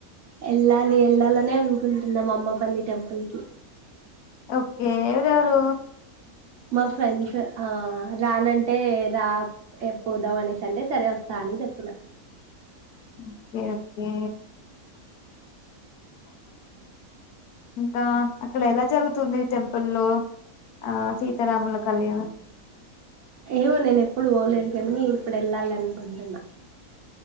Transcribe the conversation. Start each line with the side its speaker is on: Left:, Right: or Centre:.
Right: ఎళ్ళలి ఎళ్ళాలనే అను కుంటున్నా అమ్మపల్లి టెంపుల్ కి
Left: ఓకే ఎవరెవరూ
Right: మా ఫ్రెండ్స్ ఆ రాన టే రా పోదాం ఎ అనేసి అంటే సరే వస్తా అని జెప్పిన
Left: ఓకే ఓకే ఇంకా అక్కడ ఎలా జరుగుతుంది టెంపుల్లో ఆ సీతారాముల కళ్యాణం
Right: ఏమో నేను ఎప్పుడు ఓలేదు గానీ ఇప్పుడు ఎళ్ళాలి అనుకుంటున్నా